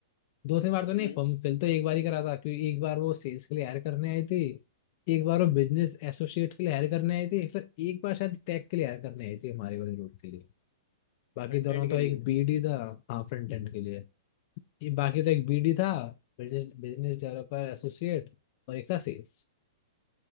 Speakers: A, on the left; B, on the left.
A: दो तीन बार तो
B: हम्म
A: नहीं फॉर्म फिल तो एक बार ही करा था क्योंकि एक बार वो सेल्स के लिए हायर करने आई थी एक बार वो बिजनेस एसोसिएट के लिए हायर करने आई थी फिर एक बार शायद टेक के लिए हायर करने आई थी हमारे वाले रोड के लिए बाकी
B: फ्रंट
A: दोनों
B: एंड के
A: तो
B: लिए
A: एक बीडी था हाँ फ्रंट एंड के लिए ये बाकी तो एक बीडी था बिजनेस बिजनेस डेवलपर
B: हम्म
A: एसोसिएट और एक था सेल्स